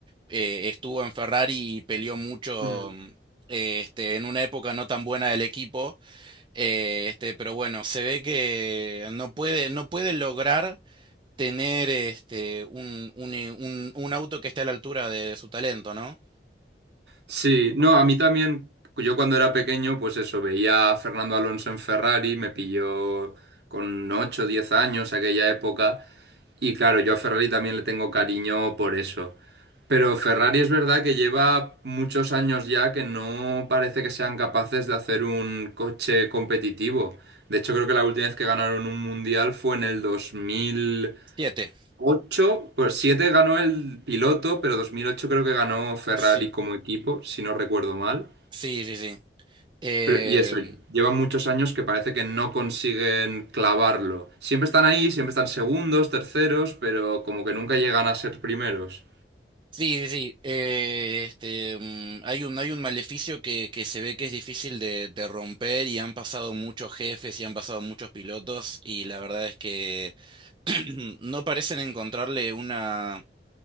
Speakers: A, on the right (about 25°); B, on the right (about 70°).
A: eh, estuvo en Ferrari y peleó mucho.
B: Mm.
A: mm, eh, Este, en una época no tan buena del equipo, eh, este, pero bueno, se ve que no puede, no puede lograr tener este, un, un, eh, un- un auto que esté a la altura de, de su talento, ¿no?
B: Sí, no, a mí también, yo cuando era pequeño, pues eso, veía a Fernando Alonso en Ferrari, me pilló con 8, o 10 años aquella época, y claro, yo a Ferrari también le tengo cariño por eso. Pero Ferrari es verdad que lleva muchos años ya que no parece que sean capaces de hacer un coche competitivo. De hecho, creo que la última vez que ganaron un mundial fue en el 2000
A: Siete.
B: 8 por 7 ganó el piloto, pero 2008 creo que ganó Ferrari
A: Sí,
B: como equipo, si no recuerdo mal.
A: sí, sí, sí. Eh,
B: Pero, y eso, llevan muchos años que parece que no consiguen clavarlo. Siempre están ahí, siempre están segundos, terceros, pero como que nunca llegan a ser primeros.
A: sí, sí, sí. Eh, este, mm, hay un, hay un maleficio que, que se ve que es difícil de, de romper y han pasado muchos jefes y han pasado muchos pilotos y la verdad es que <clears throat> no parecen encontrarle una,